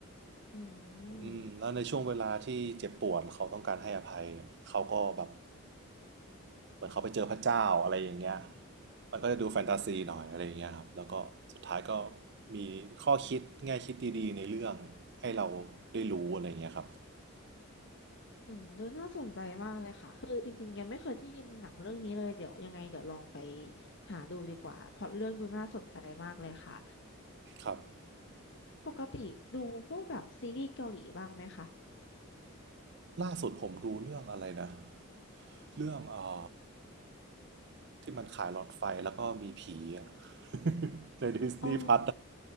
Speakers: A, on the left; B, on the right.
A: อืม
B: อืมแล้วในช่วงเวลาที่เจ็บปวดเขาต้องการให้อภัย เขาก็แบบเหมือนเขาไปเจอพระเจ้าอะไรอย่างเงี้ยมันก็จะดูแฟนตาซีหน่อยอะไรอย่างเงี้ยครับแล้วก็สุดท้ายก็มีข้อคิดแง่คิดดีๆในเรื่องให้เราได้รู้อะไรอย่างเงี้ยครับ
A: อืมดูน่าสนใจมากเลยค่ะคือจริงๆยังไม่เคยได้ยินหนังเรื่องนี้เลยเดี๋ยวยังไงเดี๋ยวลองไปหาดูดีกว่าเพราะเรื่องดูน่าสนใจมากเลยค่ะ
B: ครับ
A: ปกติดูพวกแบบซีรีส์เกาหลีบ้างไหมคะ
B: ล่าสุดผมดูเรื่องอะไรนะเรื่องเอ่อที่มันขายหลอดไฟแล้วก็มีผีอะ <laughs> ในดิสนีย์พัท
A: อ๋อ